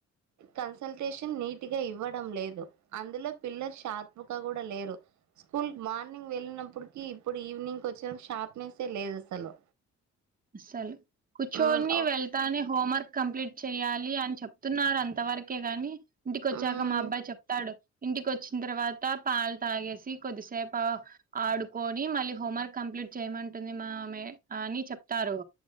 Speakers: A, on the right; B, on the right.
A: కన్సల్టేషన్ నీటి. గా ఇవ్వడం లేదు అందులో పిల్లలు షార్ప్ గా కూడా లేరు. స్కూల్కి మార్నింగ్ వెళ్ళినప్పుటికి ఇప్పుడు ఈవినింగ్ వచ్చినప్పటికి షార్ప్నెస్సే లేదు అసలు.
B: అసలు కూర్చొని
A: మ్మ్ ఒ
B: వెళ్తానే హోంవర్క్ కంప్లీట్ చేయాలి అని చెప్. ప్తున్నారు అంత వరకే గాని ఇంటికి వచ్చాక
A: మ్మ్
B: మా అబ్బాయి చెప్తాడు. ఇంటికి వచ్చిన తర్వాత పాలు తాగేసి కొద్దిసేపు. ఆడుకొని మళ్ళీ హోంవర్క్ కంప్లీట్ చేయమంటుంది మా మే అని చెప్తారు.